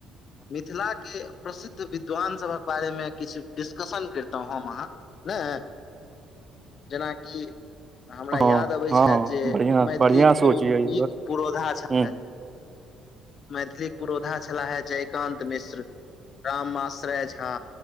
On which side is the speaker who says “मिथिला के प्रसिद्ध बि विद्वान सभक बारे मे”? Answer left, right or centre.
Left